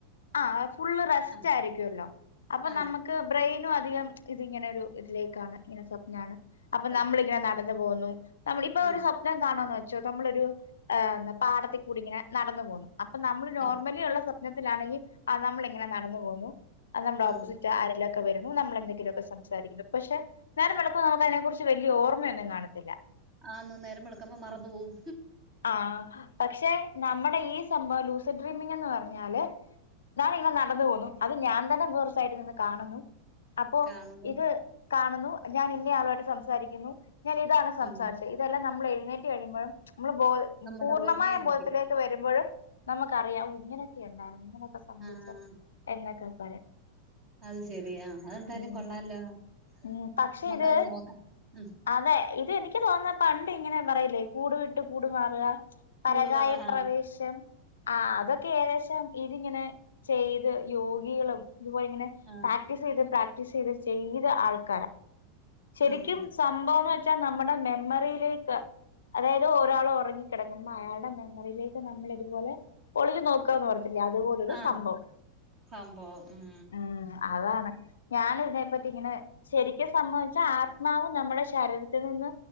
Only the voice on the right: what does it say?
ആ
ആ
സ്വപ്
ആ
നട
ആ
ആന്ന് നേരം വെള്ക്കുമ്പ മറന്നു പോവും
കാണുന്നു
ഉം
നമ്മുടെ
ഓർമ്മയിൽ നിക്കും.
ആഹ്
അത് ശെരിയാ അഎന്തായാലും
കൊള്ളാലോ നമ്മക്കത്
നോക്കാം ഉം
കൂടുപറ ആഹ്
ആഹ്
ആഹ്
ആഹ്
സംഭവം ഉം